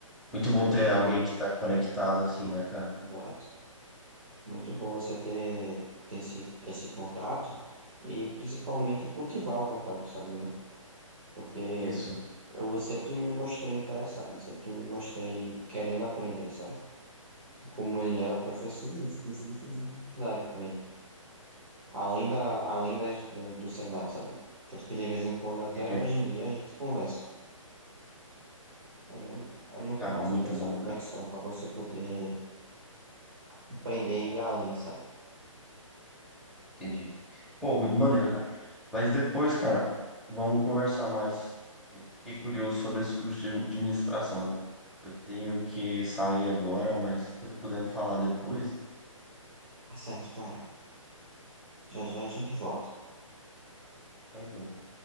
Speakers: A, in the centre; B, on the right (about 90°).
A: Muito bom
B: Aí
A: ter
B: que-
A: alguém que tá conectado assim, né, cara?
B: Exato. Muito bom você ter, ter esse, esse contato e principalmente cultivar o contato, sabe, né? Porque
A: Isso.
B: eu sempre me mostrei interessado, sempre me mostrei querendo aprender, sabe? como ele era professor, eu consegui fazer uma amizade com ele. Além da, além das, do, do Senai, sabe? Tanto que de vez em quando, até
A: DJ.
B: hoje em dia, a gente conversa. Aí é, é muito
A: Cara,
B: massa
A: muito
B: ter essa
A: bom,
B: conexão
A: cara.
B: para você poder aprender e ir além, sabe?
A: Entendi. Pô, muito maneiro, cara. Mas depois, cara, vamos conversar mais. Eu fiquei curioso sobre esse curso de administração. Eu tenho que sair agora, mas se você puder me falar depois,
B: Tá certo, cara. Já já a gente volta.
A: tranquilo.